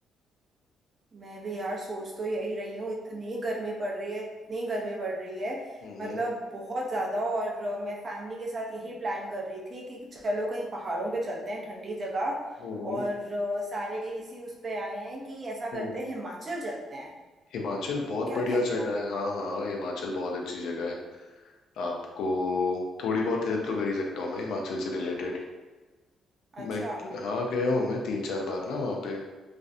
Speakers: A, on the right; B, on the left.
A: मैं भी यार सोच तो यही रही हूँ इतनी गर्मी पड़ रही है इतनी गर्मी पड़ रही है
B: हम्म
A: मतलब बहुत ज्यादा और अ, मैं फैमिली के साथ यही प्लान कर रही थी कि चलो कहीं पहाड़ों पे चलते हैं ठंडी जगह
B: हम्म
A: और अ, सारे इसी उस पे आए हैं कि ऐसा
B: हम्म
A: करते हैं हिमाचल चलते हैं
B: हिमाचल
A: तो
B: बहुत
A: क्या
B: बढ़िया
A: कहते
B: जगह
A: हो
B: है हाँ हाँ हिमाचल बहुत अच्छी जगह है आपको थोड़ी बहुत हेल्प तो कर ही सकता हूँ मैं हिमाचल से रिलेटेड
A: अच्छा
B: मैं हाँ गया हूँ मैं तीन चार बार ना वहाँ पे